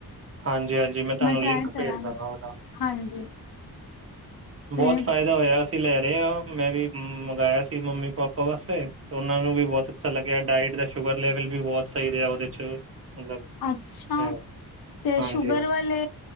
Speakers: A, on the right; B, on the left.
A: ਹਾਂਜੀ ਹਾਂਜੀ ਮੈਂ ਤੁਹਾਨੂੰ
B: ਟਰਾਈ
A: ਲਿੰਕ
B: ਕਰਾਂਗੀ
A: ਭੇਜਦਾ ਹਾਂ ਉਹਦਾ
B: ਹਾਂਜੀ ਤੇ
A: ਬਹੁਤ ਫ਼ਾਇਦਾ ਹੋਇਆ ਅਸੀਂ ਲੈ ਰਹੇ ਮੈਂ ਵੀ ਮੰਗਵਾਆ ਸੀ ਮੰਮੀ ਪਾਪਾ ਵਾਸਤੇ ਉਹਨਾਂ ਨੂੰ ਵੀ ਬਹੁਤ ਅੱਛਾ ਲੱਗਿਆ ਡਾਇਟ ਦਾ ਸ਼ੂਗਰ ਲੈਵਲ ਵੀ ਬਹੁਤ ਸਹੀ ਰਿਹਾ ਉਹਦੇ ਚ ਮਤਲਬ
B: ਅੱਛਾ
A: ਹੈ
B: ਤੇ
A: ਹਾਂਜੀ
B: ਸ਼ੂਗਰ
A: ਹਾਂਜੀ
B: ਵਾਲੇ